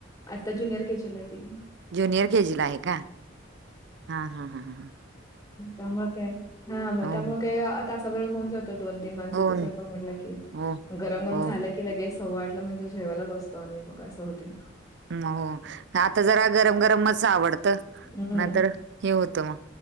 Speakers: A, on the left; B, on the right.
A: आता ज्युनियर केचेल त
B: ज्युनियर के जीला आहे का हा हा ह
A: तमुळे काय हा मग तमुळे
B: हो,
A: काय तासाबरो होऊन जात दोन तीन माणसं
B: हो,
A: स्वय म्हटलं की
B: हो,
A: गरम गरम
B: हो,
A: झालं क लगे सव् आठला म्हणजे जेवायला बसतो आम्ही मगा सहते
B: हो आता जरा गरम गरम म आवडतं
A: हम्म
B: नाही तर हे होतं मग